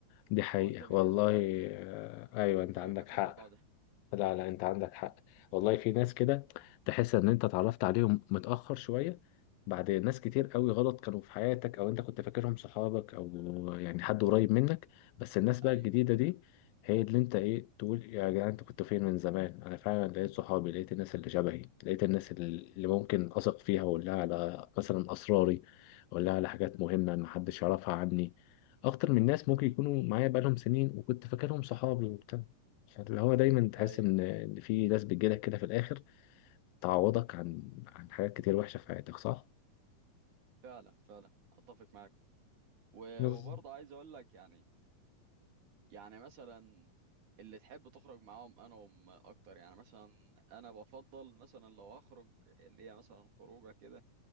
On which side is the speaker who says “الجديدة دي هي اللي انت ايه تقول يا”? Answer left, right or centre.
Left